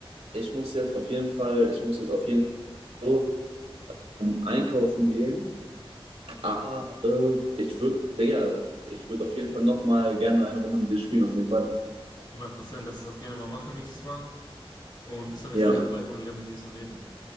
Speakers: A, on the right; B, on the left.
A: ich muss jetzt auf jeden Fall, ich muss jetzt auf jeden Fall so, ähm, einkaufen gehen. Aber äh, ich würde, Digga, ich würde auf jeden Fall nochmal gerne eine Runde mit dir spielen, auf jeden Fall.
B: 100%. Lass uns das gerne mal machen nächstes Mal. Und es hat mich
A: Ja,
B: sehr gefreut, mal wieder mit dir zu reden.